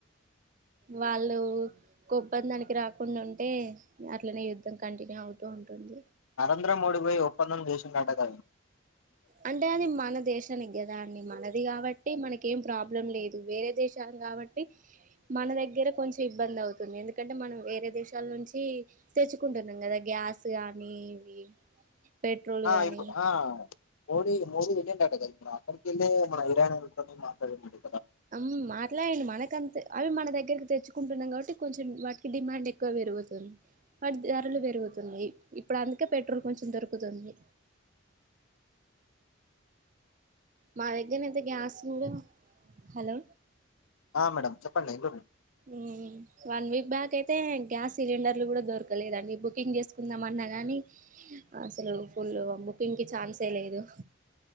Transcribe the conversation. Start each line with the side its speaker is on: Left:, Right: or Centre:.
Right: వాళ్ళు ఒక ఒప్పందానికి రాకుండా ఉంటే అట్లనే యుద్ధం కంటిన్యూ అవుతుంది. తొంటుంది
Left: చంద్రంవోడిపోయి ఒప్పందం జేసిందటకధ
Right: అంటే అది మన దేశాని కదా అని మనది కాబట్టి మనకి ఏం ప్రాబ్లం లేదు వేరే దేశాలు కాబట్టి మన దగ్గర కొంచెం ఇబ్బంది అవుతుంది ఎందుకంటే మనం వేరే దేశాల నుంచి తెచ్చుకుంటున్నాం కదా గ్యాస్ కానీ ఇవి పెట్రోల్
Left: ఆ
Right: గానీ
Left: ఇప్పు ఆ మోడి మోడి ఇక్కడికి ఎల్లిన మన ఇరాన్ వాళ్లతోని బా సరేనండి
Right: అం మాట్లాయండు మనకంతె అవి మన దగ్గరకి తెచ్చుకుంటున్నాం కాబట్టి కొంచెం వాటికి డిమాండ్ ఎక్కువ పెరుగుతుంది వాటి ధరలు పెరుగుతున్నాయి ఇప్పుడు అందుకే పెట్రోల్ కొంచెంమె దొరుకుతుంది మా దగ్గరనయితే గ్యాస్ కూడా హలో
Left: ఆ మేడమ్ చెప్పండి ఎమ్
Right: మ్ వన్ వీక్ బ్యాక్ అయితే గ్యాస్ సిలిండర్లు కూడా దొరకలేదండి బుకింగ్ చేసుకుందాం అన్నా గానీ అసలు ఫుల్ బుకింగ్కి ఛాన్సే లేదు